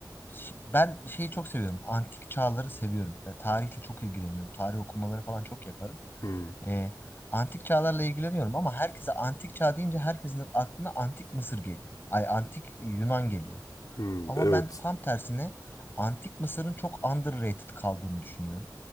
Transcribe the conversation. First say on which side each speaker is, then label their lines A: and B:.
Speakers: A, on the left; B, on the left.
A: ş- ben şeyi çok seviyorum, antik çağları seviyorum. E, tarihle çok ilgileniyorum, tarih okumaları falan çok yaparım.
B: Hmm,
A: E, antik çağlarla ilgileniyorum ama herkese antik çağ deyince herkesin aklına antik Mısır geliyor. Ay antik Yunan geliyor.
B: hmm,
A: Ama
B: evet.
A: ben tam tersine antik Mısır'ın çok underrated kaldığını düşünüyorum.